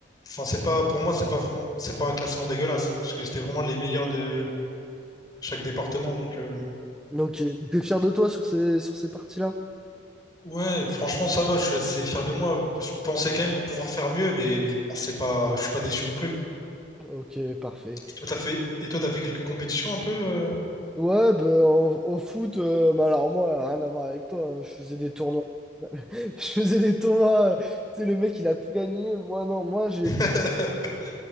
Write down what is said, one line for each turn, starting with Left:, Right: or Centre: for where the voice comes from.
Left: enfin, c'est pas, pour moi, c'est pas, fran- c'est pas un classement dégueulasse parce que c'était vraiment les meilleurs de chaque département. Donc, euh,
Centre: ok. T'es fier de toi sur ces, sur ces parties-là?
Left: ouais, franchement, ça va. Je suis assez fier de moi. Je pensais quand même pouvoir faire mieux, mais bon, c'est pas, je suis pas déçu non plus.
Centre: Ok, parfait.
Left: Toi, t'as fait... Et toi, t'as fait quelques compétitions un peu euh
Centre: Ouais, ben en, en foot, euh, bah alors moi, rien à voir avec toi, hein, je faisais des tournois. <laughs> Je faisais des tournois, euh, tu sais, le mec, il a tout gagné. Moi, non, moi, j'ai
Left: <laughs>